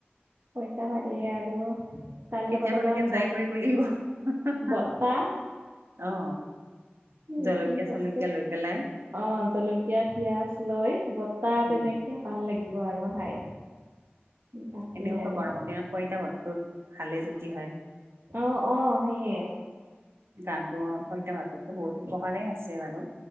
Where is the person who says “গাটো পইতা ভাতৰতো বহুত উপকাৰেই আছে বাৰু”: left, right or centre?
Right